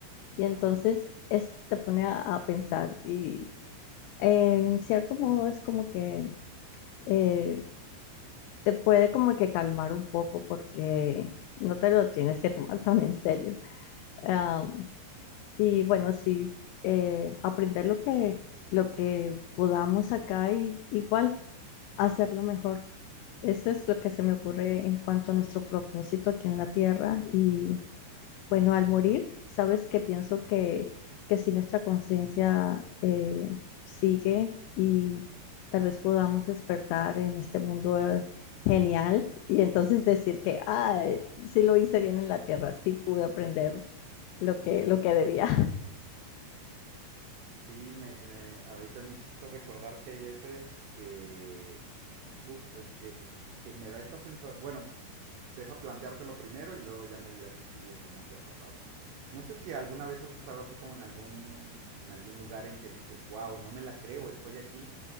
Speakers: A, on the left; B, on the right.
A: Y entonces es, te pone a, a pensar y en cierto modo es como que... eh, te puede como que calmar un poco porque no te lo tienes que tomar <laughs> tan en serio. Am, y bueno, sí, eh, aprender lo que, lo que podamos acá y igual hacerlo mejor. Eso es lo que se me ocurre en cuanto a nuestro propósito aquí en la Tierra y bueno, al morir, sabes que pienso que, que si nuestra conciencia eh, sigue y tal vez podamos despertar en este mundo eh, genial y entonces decir que, ah, sí lo hice bien en la tierra, sí pude aprender lo que, lo que debía.
B: Sí, me, me- ahorita me hiciste recordar que hay veces que, jus- eh, que, que me da esta sensación, bueno, deja planteártelo primero y luego ya me dirás si sí o no te ha pasado. No sé si alguna vez has estado así como en algún, en algún lugar en que dices, wow, no me la creo, estoy aquí.